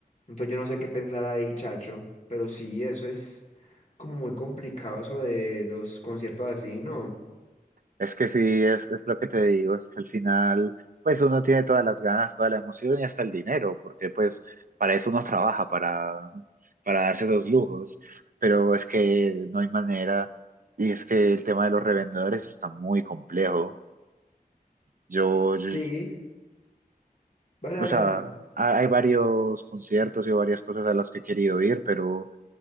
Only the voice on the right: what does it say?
Es que sí, es, es lo que te digo, es que al final, pues uno tiene todas las ganas, toda la emoción y hasta el dinero, porque pues para eso uno trabaja, para, para darse los lujos, pero es que no hay manera y es que el tema de los revendedores está muy complejo. Yo, yo-
o
sea,
ha- hay varios conciertos y varias cosas a las que he querido ir, pero